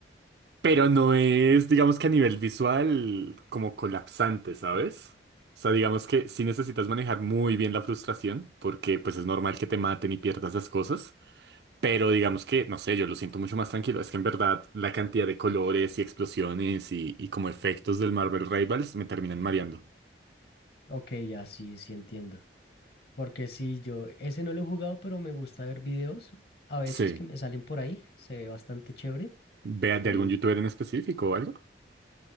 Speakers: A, on the right; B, on the left.
A: Pero no es, digamos que a nivel visual, como colapsante, ¿sabes? O sea, digamos que sí necesitas manejar muy bien la frustración, porque pues es normal que te maten y pierdas las cosas. Pero digamos que, no sé, yo lo siento mucho más tranquilo. Es que en verdad la cantidad de colores y explosiones y, y como efectos del Marvel Rivals me terminan mareando.
B: Ok, ya sí, sí entiendo. Porque sí, yo ese no lo he jugado, pero me gusta ver videos a veces
A: Sí.
B: que me salen por ahí. Se ve bastante chévere.
A: ¿Vea de
B: También
A: algún youtuber en específico o algo?